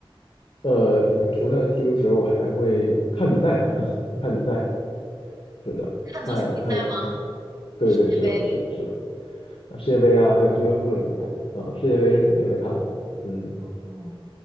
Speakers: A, on the left; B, on the right.
A: 呃，平除了踢足球，我还会看比赛，<laughs> 看比赛，是的，
B: 看足球比赛吗？
A: 看看，对对，
B: 世界杯？
A: 是的，是的，是的，啊世界杯啊，还有俱乐部的比赛啊，世界杯是肯定会看的。嗯。
B: 哦，